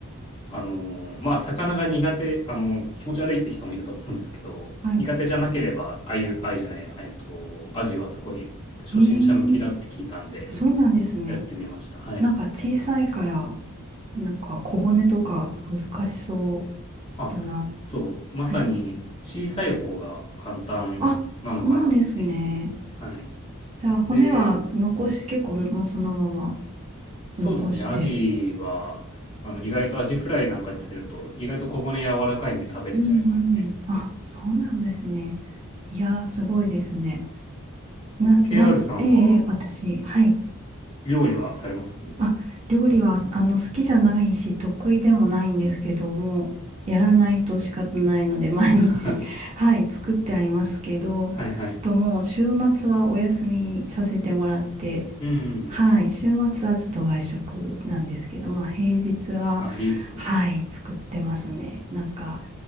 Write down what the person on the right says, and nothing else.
はい。
えー、そうなんですね。
なんか小さいから、なんか小骨とか難しそう
だな。
はい。あ、そうなんですね。
じゃあ骨は残し、
結構もうそのまま
残して。
うんうん。あ、そうなんですね。いやー、すごいですね。な、
な、
ええ、ええ私、はい。
あ、料理は、あの、好きじゃないし、得意でもないんですけども、やらないと仕方ないので、毎日、
<laughs> はい、作ってはいますけど、
ちょっともう、週末はお休みさせてもらって、
はい、週末はちょっと外食なんですけど、まあ、平日は、
はい、作ってますね。なんか、